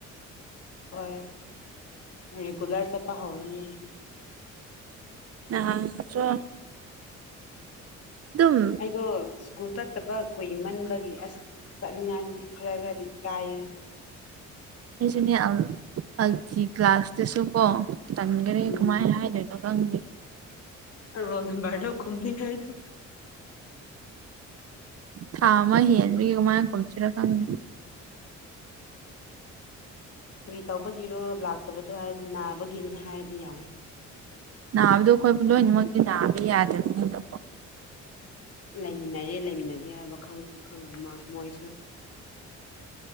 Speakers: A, on the left; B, on the right.
A: ꯍꯣꯏ ꯔꯤꯒꯨꯂꯔ ꯆꯠꯄ ꯍꯧꯔꯅꯤ ꯑꯩꯗꯤ
B: <unintelligible> ꯑꯗꯨꯝ
A: ꯑꯩꯗꯣ ꯁ꯭ꯀꯨꯜ ꯆꯠꯇꯕ ꯀꯨꯃꯟꯕꯒꯤ ꯑꯁ ꯆꯠꯅꯤꯡꯉꯥꯏꯗꯤ ꯈꯔ ꯈꯔꯗꯤ ꯀꯥꯏꯌꯦ
B: ꯑꯩꯁꯤꯅꯦ ꯑꯜ ꯀ꯭ꯂꯥꯁꯇꯁꯨ ꯀꯣ ꯇꯟꯈꯔꯦ
A: ꯎꯝ
B: ꯀꯃꯥꯏꯅ ꯍꯥꯏꯔꯒꯦ <unintelligible>
A: ꯔꯣꯜ ꯅꯝꯕꯔꯗꯣ ꯈꯨꯝꯅꯤꯉꯥꯏꯗꯣ
B: ꯊꯥ ꯑꯃ ꯍꯦꯟꯕꯒꯤꯃꯥꯏꯅ ꯈꯁꯤꯔ ꯈꯪꯅꯤ
A: ꯀꯔꯤ ꯇꯧꯕꯒꯤꯔꯣ ꯂꯥꯛꯇꯕꯗꯣ ꯍꯥꯏꯔꯗꯤ ꯅꯥꯕꯒꯤꯅꯦ ꯍꯥꯏꯔꯗꯤ ꯌꯥꯅꯤ
B: ꯅꯥꯕꯗꯣ ꯑꯩꯈꯣꯏ ꯂꯣꯏꯅꯃꯛꯇꯤ ꯅꯥꯕ ꯌꯥꯗꯦꯕꯅ
A: ꯂꯩꯃꯤꯟꯅꯔꯦ ꯂꯩꯃꯤꯟꯅꯗꯦ ꯍꯥꯏꯕ ꯈꯪꯉꯁꯨ ꯈꯪꯉ ꯑꯃ ꯃꯣꯏꯁꯨ